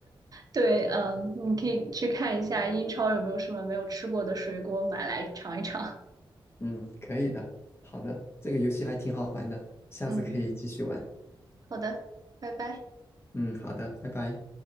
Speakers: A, on the right; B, on the left.
A: 对，嗯，你可以去看一下英超有没有什么没有吃过的水果，买来尝一尝。
B: 嗯，可以的，好的，这个游戏还挺好玩的，下次可以继续玩。
A: 嗯，好的，拜拜。
B: 嗯，好的，拜拜。